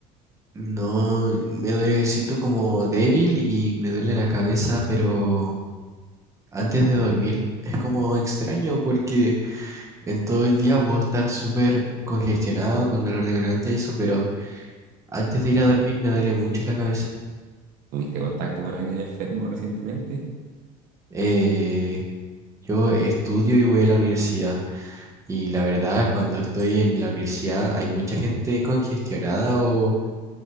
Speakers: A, on the right (about 20°); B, on the right (about 55°).
A: No, me duele, siento como débil y me duele la cabeza, pero antes de dormir es como extraño porque en todo el día puedo estar súper congestionado con dolor de garganta y eso, pero antes de ir a dormir me duele mucho la cabeza.
B: ¿Tuviste contacto con alguien enfermo recientemente?
A: Eh, yo estudio y voy a la universidad y la verdad cuando estoy en la universidad hay mucha gente congestionada o